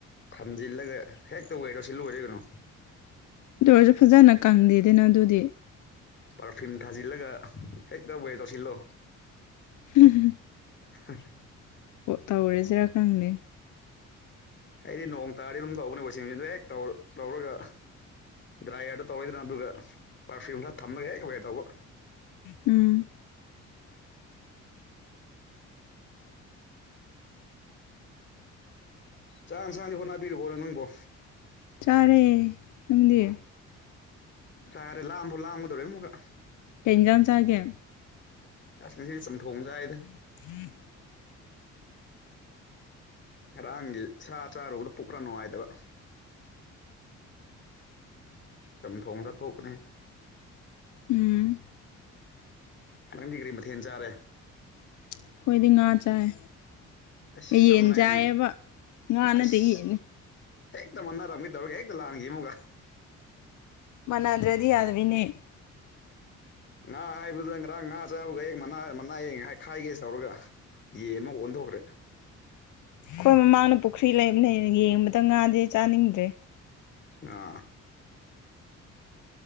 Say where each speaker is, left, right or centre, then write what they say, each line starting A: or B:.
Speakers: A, on the left; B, on the left.
A: ꯊꯝꯖꯤꯜꯂꯒ ꯍꯦꯛꯇ ꯑꯣꯏꯔꯣ ꯁꯤꯂꯣꯏꯔꯤꯕꯅꯣ
B: ꯑꯗꯨ ꯑꯣꯏꯔꯁꯨ ꯐꯖꯅ ꯀꯪꯗꯦꯗꯅ ꯑꯗꯨꯗꯤ
A: ꯄꯔꯐ꯭ꯌꯨꯝ ꯊꯥꯖꯤꯜꯂꯒ ꯍꯦꯛꯇ ꯋꯦ ꯇꯧꯁꯤꯜꯂꯣ
B: ꯎꯝ
A: ꯑ
B: ꯑꯣ ꯇꯧꯔꯦꯁꯤꯔꯥꯈꯪꯗ
A: ꯑꯩꯗꯤ ꯅꯣꯡ ꯇꯥꯔꯗꯤ ꯑꯗꯨꯝ ꯇꯧꯕꯅꯦꯀꯣ ꯁꯤ ꯃꯤꯗ ꯍꯦꯛꯧꯔ ꯇ ꯂꯧꯔꯒ ꯗ꯭ꯔꯥꯏꯌꯔꯗꯣ ꯇꯧꯔꯣꯏꯗꯅ ꯑꯗꯨꯒ ꯄꯔꯐ꯭ꯌꯨꯝ ꯈꯔ ꯊꯝꯃꯒ ꯍꯦꯛ ꯋꯦꯔ ꯇꯧꯕ
B: ꯎꯝ
A: ꯆꯥꯛꯥꯡ ꯁꯥꯡꯅ ꯍꯣꯠꯅꯕꯤꯔꯔꯕꯣꯅꯦ ꯅꯪꯕꯣ
B: ꯆꯥꯔꯦ ꯅꯪꯗꯤ
A: ꯆꯔꯦ ꯂꯥꯛꯑꯝꯕ ꯂꯥꯛꯑꯝꯕꯗꯧꯔ ꯃꯨꯒ
B: ꯇꯦꯟꯖꯟ ꯆꯒꯦ
A: ꯑꯁ ꯉꯁꯤꯗꯤ ꯆꯝꯊꯣꯡ ꯆꯥꯏꯗ
B: <unintelligible>
A: ꯉꯔꯥꯡꯒꯤ ꯁꯥ ꯆꯥꯔꯨꯕꯗ ꯄꯨꯛꯈꯔ ꯅꯨꯡꯉꯥꯏꯇꯕ ꯆꯝꯊꯣꯡꯗ ꯊꯣꯛꯀꯅꯦ
B: ꯎꯝ
A: ꯅꯪꯗꯤ ꯀꯔꯤ ꯃꯊꯦꯜ ꯆꯥꯔꯦ
B: ꯑꯩꯈꯣꯏꯗꯤ ꯉꯥ ꯆꯥꯏ
A: ꯑꯁ ꯆꯞ
B: ꯌꯦꯟ
A: ꯃꯥꯟꯅꯩ
B: ꯆꯥꯏꯌꯦꯕ
A: ꯅꯪ
B: ꯉꯥ ꯅꯠꯇꯦ
A: ꯑꯁ
B: ꯌꯦꯟꯅꯤ
A: ꯍꯦꯛꯇ ꯃꯥꯟꯅꯔꯝꯒꯦ ꯇꯧꯔꯒ ꯍꯦꯛꯇ ꯂꯥꯡꯈꯤꯕ ꯑꯃꯒ
B: ꯃꯥꯟꯗ꯭ꯔꯗꯤ ꯌꯥꯗꯕꯤꯅꯦ
A: ꯉꯥ ꯍꯥꯏꯕꯗ ꯉꯔꯥꯡ ꯉꯥ ꯆꯥꯕꯒ ꯍ ꯃꯅꯥ ꯃꯅꯥ ꯑꯌꯦꯛ ꯈꯥꯏꯒꯦꯁꯤ ꯇꯧꯔꯒ ꯌꯦ ꯃꯣ ꯑꯣꯟ ꯍꯣ꯭ꯔꯦ
B: ꯑꯩꯈꯣꯏ ꯃꯃꯥꯡꯗ ꯄꯨꯈ꯭ꯔꯤ ꯂꯩꯕꯅꯦ ꯌꯦꯡꯕꯗ ꯉꯥꯗꯦ ꯆꯥꯅꯤꯡꯗ꯭ꯔꯦ
A: ꯑꯥ